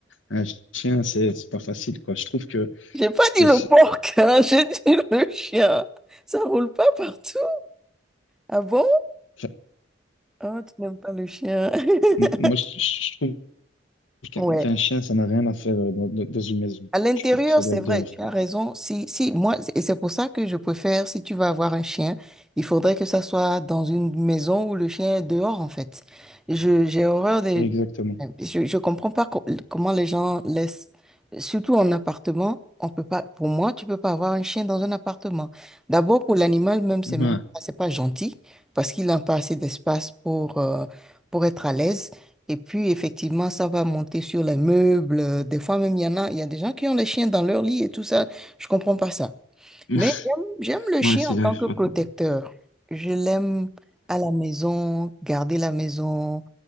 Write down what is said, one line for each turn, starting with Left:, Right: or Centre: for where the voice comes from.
Left: un chien, c'est c'est pas facile, quoi. Je trouve que,
Centre: J'ai pas
Left: que
Centre: dit le
Left: c'est-
Centre: porc, hein, <laughs> j'ai dit le chien. Ça roule pas partout. Ah bon?
Left: enfin,
Centre: Ah, tu n'aimes pas le chien. <laughs>
Left: moi, moi, je, je trouve qu'un
Centre: Ouais.
Left: qu'un chien, ça n'a rien à faire euh, dans, dans- dans une maison.
Centre: À l'intérieur,
Left: Je trouve que ça doit
Centre: c'est
Left: être
Centre: vrai,
Left: dehors,
Centre: tu
Left: quoi.
Centre: as raison. Si, si, moi, et c'est pour ça que je préfère, si tu vas avoir un chien, il faudrait que ça soit dans une maison où le chien est dehors, en fait. Je, j'ai horreur des,
Left: C'est exactement.
Centre: je, je comprends pas co- comment les gens laissent, surtout en appartement, on peut pas, pour moi, tu peux pas avoir un chien dans un appartement. D'abord, pour l'animal même, c'est
Left: Ouais.
Centre: même pas, c'est pas gentil parce qu'il n'a pas assez d'espace pour, euh, pour être à l'aise. Et puis, effectivement, ça va monter sur les meubles. Euh, Des fois, même, il y en a, il y a des gens qui ont les chiens dans leur lit et tout ça. Je comprends pas ça.
Left: <laughs>
Centre: Mais j'aime j'aime le
Left: Ouais,
Centre: chien
Left: c'est
Centre: en
Left: j'arrive
Centre: tant que
Left: pas
Centre: protecteur.
Left: à comprendre.
Centre: Je l'aime à la maison, garder la maison.